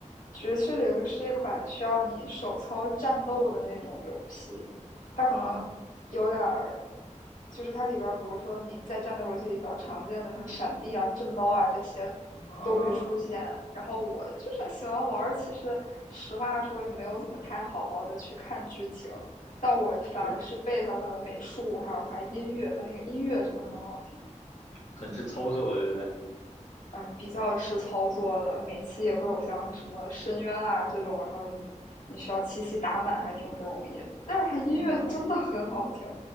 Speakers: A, on the left (about 80°); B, on the left (about 60°).
A: 《绝士零》是一款需要你手操战斗的那种游戏，它可能有点儿，
B: 啊
A: 就是它里边儿，比如说你在战斗游戏里比较常见的像闪避啊、震刀啊这些
B: 啊，
A: 都会出现。然后我就是喜欢玩儿，其实实话说也没有怎么太好好的去看剧情，但我反而是被它的美术还有它音乐，
B: 就
A: 它那个音乐真的很好听。
B: 很吃操作，对不对？
A: 啊、呃比较吃操作的，每期也会有像什么深渊啊这种，然后你你需要七夕打满，还挺不容易的。但是它音乐真的很好听，
B: 啊